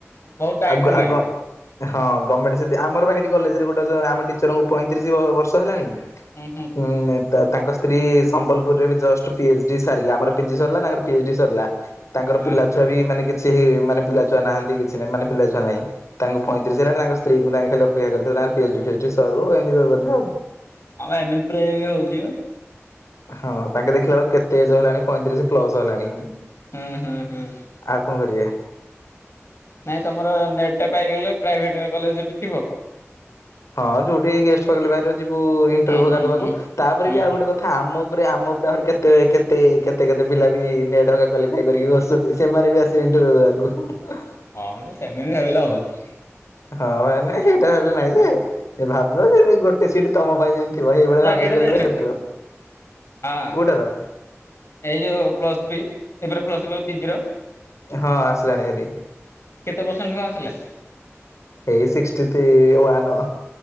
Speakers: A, on the left; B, on the left.
A: ବହୁତ ଟାଇମ
B: ଆଉ ଗ
A: ଲାଗିବ
B: ଆଉ ଗ ହଁ ଗମେଣ୍ଟ ସେ ଆମର ସେଠି କଲେଜରେ ଗୋଟେ ଅଛ ଆମ ଟିଚରଙ୍କୁ ପଇଁତିରିଶ ବ ବର୍ଷ ହେଲାଣି
A: ହୁଁ <unintelligible> ହୁଁ।
B: ଉଁ ତାଙ୍କ ସ୍ତ୍ରୀ ସମ୍ବଲପୁରରେ ବି ଜଷ୍ଟ ପି ଏଚ ଡି ସାରିଲେ। ଆମର ପି ଜି ସରିଲା ତାଙ୍କର ପି ଏଚ ଡି ସରିଲା। ତାଙ୍କର
A: ହଁ
B: ପିଲାଛୁଆ
A: ହଁ
B: ବି ମାନେ କିଛି ମାନେ ପିଲାଛୁଆ ନାହାନ୍ତି କିଛି ନାଇ ମାନେ ପିଲା ଛୁଆ ନାଇଁ। ତାଙ୍କୁ ପଇଁତିରିଶ ହେଲାଣି ତାଙ୍କ ସ୍ତ୍ରୀଙ୍କୁ ତାଙ୍କ ଖାଲି ଅପେକ୍ଷା କରିଥା ତାଙ୍କର P H D, fee H D ସରୁ ଏମତି ବୋଧେ ଆଉ।
A: ହଁ ଏମିତି ପ୍ରାଏ ଏବେ ହଉଛି ବା।
B: ହଁ ତାଙ୍କେ ଦେଖିଲା ବେଳକୁ କେତେ ଏଜ ହେଲାଣି ପଇଁତିରିଶ ପ୍ଲସ ହେଲାଣି।
A: ହୁଁ ହୁଁ ହୁଁ।
B: ଆଉ କଣ କରିବା?
A: ନାଇଁ ତମର ନେଟ୍ ଟା ପାଇଗଲେ ପ୍ରାଇଭେଟ କଲେଜରେ ଥିବ?
B: ହଁ ଯୋଉଠି ଗେଷ୍ଟ ଫଗଲ୍ ବାହାରିବ ଯିବୁ ଇଣ୍ଟର୍ବିଉ
A: ହୁଁ ହୁଁ
B: ଘରିକା ଦବାକୁ
A: ହୁଁ
B: ତାପରେ
A: ହୁଁ
B: ବି ଆଉ ଗୋଟେ କ ଥା ଆମ ଉପରେ ଆମ ଉପରେ ଆହୁରି କେତେ କେତେ କେତେ କେତେ ପିଲା ବି ନେଟ୍ ହରିକା କ୍ୱାଲିଫାଏ କରିକି ବସିଛନ୍ତି। ସେମାନେ ବି ଆସିଏ ଇଣ୍ଟରବିଉ ଦେବାକୁ।
A: ହଁ ମ ସେମିତି ଭାବିଲେ ହବନି।
B: ହଁ ନାଇଁ ସେଇଟା ଭାବିଲେ ନାଇଁ ଯେ ଭାବିବ ଯେ ଗୋଟେ ସିଟ୍ ତମ ପାଇଁ ଯେ ସେଇଭଳିଆ ଭାବିକି
A: ଏଇଟାରେ
B: ଗଲେ ବେଟର।
A: ହଁ
B: କୋଉଟା ର?
A: ଏଇ ଯୋଉ ପ୍ଲସ ଥ୍ରୀ ଏ ପ୍ଲସ ଥ୍ରୀ କହୁଛି ପିଜିର। କେତେ
B: ହଁ ଆସିଲାଣି ହେରି
A: ପରସେଣ୍ଟ କଣ ଆସିଲା?
B: ଏଇ ସିକ୍ସଟି ଥ୍ରୀ ୱାନ୍।